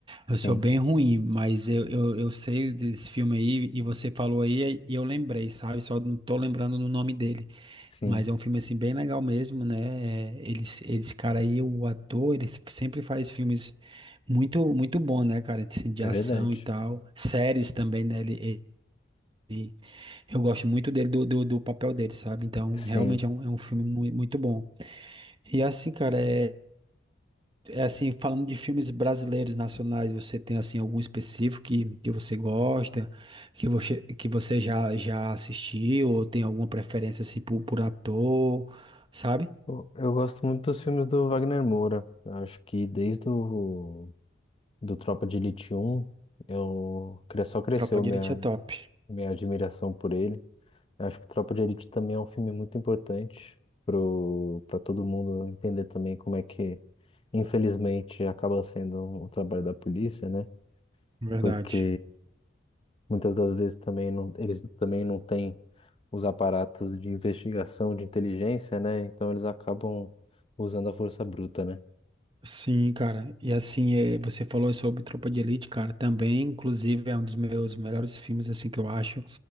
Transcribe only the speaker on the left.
Sim,
sim,
é
verdade.
Sim.
Pô, Eu gosto muito dos filmes do Wagner Moura. Eu acho que desde o do Tropa de Elite 1, eu cre- só cresceu
minha
minha admiração por ele. Eu acho que Tropa de Elite também é um filme muito importante pro para todo mundo entender também como é que, infelizmente, acaba sendo o trabalho da polícia, né?
Porque Muitas das vezes também não, eles também não têm os aparatos de investigação, de inteligência, né? Então eles acabam usando a força bruta, né?